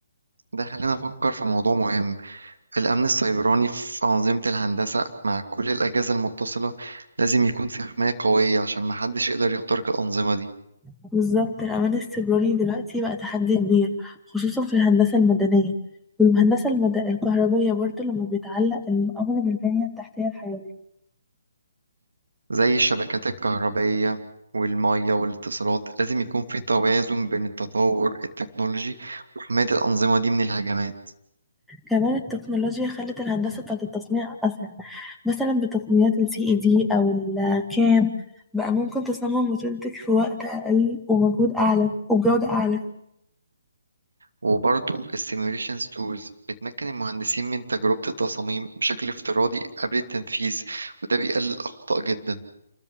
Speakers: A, on the right (about 85°); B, in the centre.
A: ده خلينا نفكر في موضوع مهم الأمن السيبراني في أنظمة الهندسة مع كل الأجهزة المتصلة لازم يكون في حماية قوية عشان محدش يقدر يخترق الأنظمة دي
B: بالظبط الأمان السيبراني دلوقتي بقى تحدي كبير خصوصا في الهندسة المدنية والهندسة المد... الكهربية برضو لما بيتعلق الأمر بالبنية التحتية الحيوية
A: زي الشبكات الكهربائية والمية والاتصالات لازم يكون في توازن بين التطور التكنولوجي وحماية الأنظمة دي من الهجمات
B: كمان التكنولوجيا خلت الهندسة بتاعت التصنيع أسرع مثلا بتقنيات ال CAD أو ال CAM بقى ممكن تصمم وتنتج في وقت أقل ومجهود أعلى وبجودة أعلى
A: وبرضه السيميوليشن تولز بتمكن المهندسين من تجربة التصاميم بشكل افتراضي قبل التنفيذ وده بيقلل الأخطاء جدا